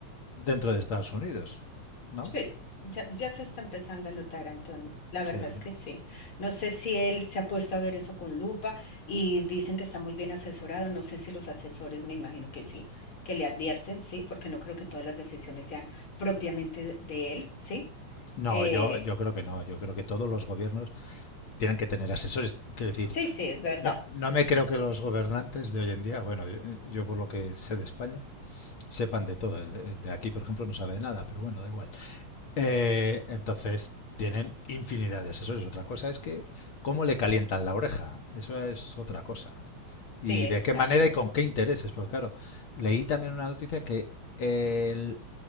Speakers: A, on the left; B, on the left.
A: dentro de Estados Unidos, ¿no?
B: Sí, ya, ya se está empezando a notar, Antonio. La
A: Sí.
B: verdad es que sí. No sé si él se ha puesto a ver eso con lupa y dicen que está muy bien asesorado. No sé si los asesores, me imagino que sí, que le advierten, sí, porque no creo que todas las decisiones sean propiamente de de él, sí.
A: No,
B: Eh,
A: yo, yo creo que no. Yo creo que todos los gobiernos tienen que tener asesores. Quiero decir,
B: sí, sí, es verdad.
A: no, no me creo que los gobernantes de hoy en día, bueno, yo, yo por lo que sé de España, sepan de todo. El, el de aquí, por ejemplo, no sabe de nada, pero bueno, da igual. Eh, entonces, tienen infinidad de asesores. Otra cosa es que cómo le calientan la oreja. Eso es otra cosa. Y
B: Sí, exacto.
A: de qué manera y con qué intereses. Porque claro, leí también una noticia que el,